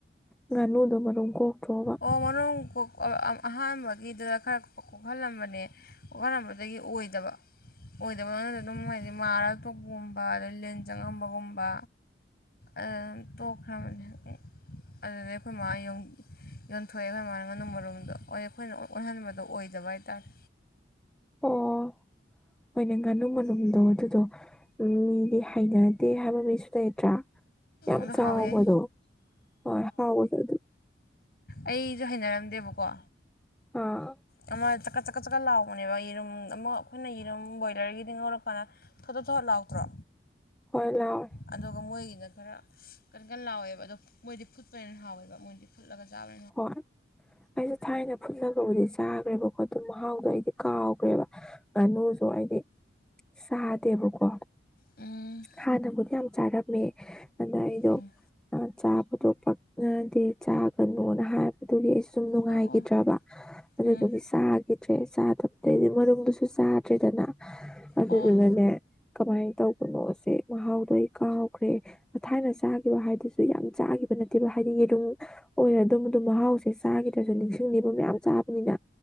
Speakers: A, in the centre; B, on the left (about 55°).
A: ꯉꯥꯅꯨꯗꯣ ꯃꯔꯨꯝ ꯀꯣꯛꯇ꯭ꯔꯣꯕ
B: ꯑꯣ ꯍꯣꯔꯣꯟ ꯀꯣꯛ ꯑ ꯑꯍꯥꯟꯕꯒꯤꯗꯨꯗ ꯈꯔ ꯀꯣꯛꯍꯜꯂꯝꯕꯅꯦ ꯀꯣꯛꯍꯜꯂꯝꯕꯗꯒꯤ ꯑꯣꯏꯗꯕ ꯑꯣꯏꯗꯕ ꯑꯗꯨꯝ ꯃꯣꯏꯗꯤ ꯑꯗꯨꯝ ꯃꯥꯔ ꯇꯣꯛꯄꯒꯨꯝꯕ ꯑꯗꯩ ꯂꯤꯟ ꯆꯪꯉꯝꯕꯒꯨꯝꯕ ꯑꯗ ꯇꯣꯛꯈ꯭ꯔꯕꯅꯦ ꯑꯩ ꯑꯗꯨꯗꯩ ꯑꯈꯣꯏ ꯃꯥ ꯌꯨꯝ ꯌꯣꯟꯊꯣꯛꯑꯦ ꯑꯈꯣꯢꯃꯥꯅ ꯉꯥꯅꯨ ꯃꯔꯨꯝꯗꯣ ꯑꯩꯈꯣꯏꯅ ꯑꯣꯟꯍꯟꯕꯗꯣ ꯑꯣꯏꯗꯕ ꯍꯥꯏꯇꯥꯔꯦ
A: ꯑꯣ ꯍꯣꯏꯅꯦ ꯉꯥꯅꯨ ꯃꯔꯨꯝꯗꯣ ꯑꯗꯨꯗꯣ ꯎꯝ ꯃꯤꯗꯤ ꯍꯩꯅꯗꯦ ꯍꯥꯏꯕ ꯃꯤꯁꯨ ꯂꯩꯇ꯭ꯔꯥ ꯌꯥꯝ
B: ꯑꯗꯨ
A: ꯆꯥꯎꯕꯗꯣ
B: ꯍꯥꯎꯋꯦꯍꯦ
A: ꯍꯣꯏ ꯍꯥꯎꯕꯗꯣ ꯑꯗꯨ
B: ꯑꯩꯖꯨ ꯍꯩꯅꯔꯝꯗꯦꯕꯀꯣ
A: ꯑꯥ
B: ꯑꯃ ꯆꯀꯠ ꯆꯛꯀꯠ ꯆꯛꯀꯠ ꯂꯥꯎꯕꯅꯦꯕ ꯌꯦꯔꯨꯝ ꯑꯃ ꯑꯩꯈꯣꯏꯅ ꯌꯦꯔꯨꯝ ꯕꯣꯏꯂꯔꯒꯤꯗꯤ ꯉꯧꯔꯀꯥꯟꯗ ꯊꯣꯠ ꯊꯣꯠ ꯂꯥꯎꯇ꯭ꯔꯣ
A: ꯍꯣꯏ ꯂꯥꯎꯋꯦ
B: ꯑꯗꯨꯒ ꯃꯣꯏꯒꯤ ꯗ ꯈꯔ ꯀꯟ ꯀꯟ ꯂꯥꯎꯋꯦꯕ ꯑꯗꯣ ꯃꯣꯏꯗꯤ ꯐꯨꯠꯄꯅ ꯍꯦꯟꯅ ꯍꯥꯎꯋꯦꯕ ꯃꯣꯏꯗꯤ ꯐꯨꯠꯂꯒ ꯆꯥꯕ
A: ꯍꯣꯏ ꯑꯩꯖꯨ ꯊꯥꯏꯅ ꯐꯨꯜꯂꯒꯕꯨꯗꯤ ꯆꯥꯈ꯭ꯔꯦꯕꯀꯣ ꯑꯗꯨ ꯃꯍꯥꯎꯗꯣ ꯑꯩꯗꯤ ꯀꯥꯎꯈ꯭ꯔꯦꯕ ꯉꯥꯅꯨꯁꯨ ꯑꯩꯗꯤ ꯆꯥꯗꯦꯕꯀꯣ
B: ꯎꯝ
A: ꯍꯥꯟꯅꯕꯨꯗꯤ ꯌꯥꯝ ꯆꯥꯔꯝꯃꯦ ꯑꯗ ꯑꯩꯗꯣ
B: ꯎꯝ
A: ꯑ ꯆꯥꯕꯗꯣ ꯄꯛꯅꯗꯦ ꯆꯥꯒꯅꯣꯅ ꯍꯥꯏꯕꯗꯨꯒꯤꯁꯨ ꯁꯨꯝ ꯅꯨꯡꯉꯥꯏꯒꯤꯗ꯭ꯔꯕ
B: ꯑꯣ
A: ꯑꯗꯨꯗꯨꯒꯤ
B: ꯎꯝ
A: ꯆꯥ ꯒꯤꯗ꯭ꯔꯦ ꯆꯥꯗꯕꯗꯩꯗꯤ ꯃꯔꯨꯝꯗꯨꯁꯨ ꯆꯥꯗ꯭ꯔꯦꯗꯅ ꯑꯗꯨꯗꯨꯅꯅꯦ
B: ꯑꯣ
A: ꯀꯃꯥꯏ ꯇꯧꯕꯅꯣꯁꯦ ꯃꯍꯥꯎꯗꯣ ꯑꯩ ꯀꯥꯎꯈ꯭ꯔꯦ ꯊꯥꯏꯅ ꯆꯥꯈꯤꯕ ꯍꯥꯏꯗꯨꯁꯨ ꯌꯥꯝ ꯆꯥ ꯒꯤꯕ ꯅꯠꯇꯦꯕ ꯍꯥꯏꯗꯤ ꯌꯦꯔꯨꯝ ꯑꯣꯏꯔ ꯑꯗꯨꯝ ꯑꯗꯨ ꯃꯍꯥꯎꯁꯦ ꯆꯥꯈꯤꯗ꯭ꯔꯁꯨ ꯅꯤꯡꯁꯤꯡꯅꯤꯕ ꯃꯌꯥꯝ ꯆꯥꯕꯅꯤꯅ